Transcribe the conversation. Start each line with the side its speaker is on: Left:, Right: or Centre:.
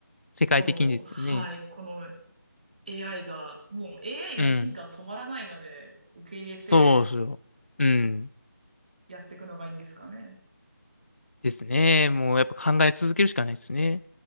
Left: 世界的にですよね。
Right: この、はい、この AI が、もう AI が進化は止まらないので、
Left: うん。
Right: 受け入れて
Left: そうそう。うん。
Right: やっていくのがいいんですかね。
Left: ですね。もうやっぱ考え続けるしかないですね。